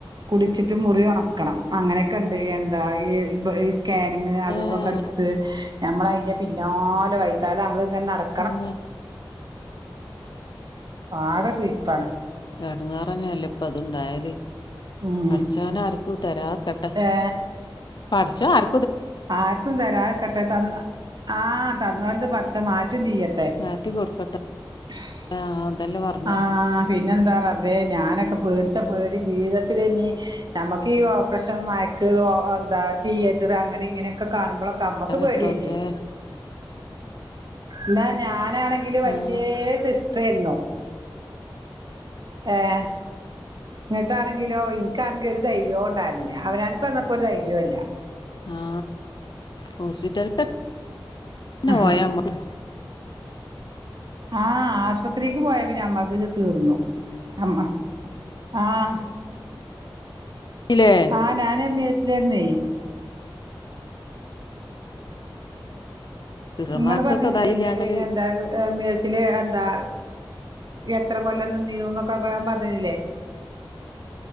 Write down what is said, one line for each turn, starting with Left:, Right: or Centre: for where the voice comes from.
Right: കുടിച്ചിട്ട് മുറി ഉണക്കണം അങ്ങനെ ക്കെണ്ട് എന്താ ഈ പ്പൊ സ്കാനിങ് അതുംതോക്കെടുത്ത്
Left: അങ്ങനെയൊക്കെ ഉണ്ട്
Right: ഞമ്മളെ അതി ന്നാലെ വയ്യത്താലെ അമ്മള് ങ്ങനെ നടക്ക
Left: <unintelligible>
Right: ആകെ സുയിപ്പാണ്
Left: ഇടങ്ങേറെന്നാലെ പ്പൊത്ണ്ടായേല്
Right: ഉം
Left: പടച്ചോനാർക്കും തരാത്ക്കട്ടെ
Right: ഏ
Left: പടച്ചോനാർ
Right: ആർക്കും തരാക്കട്ടെ തന്ന ആഹ തന്ന പോലത് പച്ച മാറ്റും ചെയ്യട്ടെ
Left: കാട്ടി കൊടുക്കോട്ടെ
Right: ആഹ
Left: ആഹ അതല്ല പറഞ്ഞ
Right: ആഹ പിന്നെന്താ റബേ ഞാനൊക്കെ പേടിച്ച പേടി ജീവിതത്തിലെന്നീ നമക്ക് ഈ പറേഷൻ മൈക്ക് എന്താ തിയേറ്റർ അങ്ങനെ ഇങ്ങനെയൊക്കെ കാണുമ്പഴൊക്കെ അമ്മക്ക്
Left: ഏതായാലും
Right: പേടിയല്ലേ
Left: റബ്ബേ
Right: എന്നാ ഞാനാണെങ്കില് വലയ
Left: ആ
Right: സിസ്റ്റർന്നോ ഏഹ ഇങ്ങിട്ടാണെങ്കിലോ എനിക്കാണെങ്കില ഒരു ധൈര്യവും ഉണ്ടായിരുന്നില്ല അവനർക്ക് വന്നപ്പോ ഒരു ധൈര്യവുല്ല
Left: ആ ഹോസ്പിറ്റൽക്കന്നെ
Right: ആഹ
Left: പോയാ നമ്മക്ക്
Right: ആഹ ആശ് പത്രിക്ക് പോയാ പിന്നെ നമ്മളക്കെ തീർന്നു അമ്മ ആഹ
Left: ഇല്ലേ
Right: ആഹ ഞാനെ <unintelligible> മ്മേസിലരുന്നേ
Left: സിസ്റ്റർമാർക്കൊക്കെ
Right: നിങ്ങള് പറഞ്ഞുന്നില്ലേ
Left: ഇതായില്ലാഞ്ഞാല്
Right: <unintelligible> എന്താ <unintelligible> ച്ച എന്താ എത്ര കൊല്ലം നിന്നീന്നൊക്കെ പറഞ്ഞുന്നില്ലേ